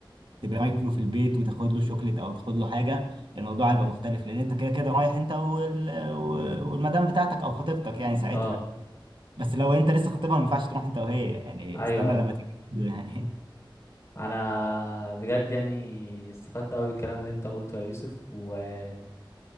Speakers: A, on the right; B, on the left.
A: تبارك له في البيت وتاخد له شوكليت او تاخد له حاجة الموضوع هيبقى مختلف لان انت كده كده رايح انت وال... والمدام بتاعتك او خطيبتك يعني ساعتها
B: اه
A: بس لو انت لسه خطيبها ما ينفعش تروح انت وهي يعني
B: ايوه
A: استنى
B: ايوه
A: لما تتجوزوا يعني
B: انا بجد يعني استفدت قوي بالكلام اللي انت قلته يا يوسف ويعني